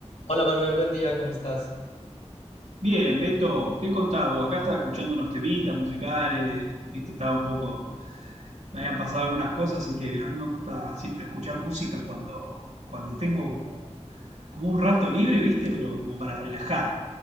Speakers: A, on the left; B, on the right.
A: Hola Manuel, buen día, ¿cómo estás?
B: Bien, Beto, ¿qué contás vos? Acá estaba escuchando unos temitas musicales, viste, estaba un poco, me habían pasado algunas cosas, así que a mí me gusta siempre escuchar música cuando, cuando tengo como, como un rato libre, viste, pero como para relajar.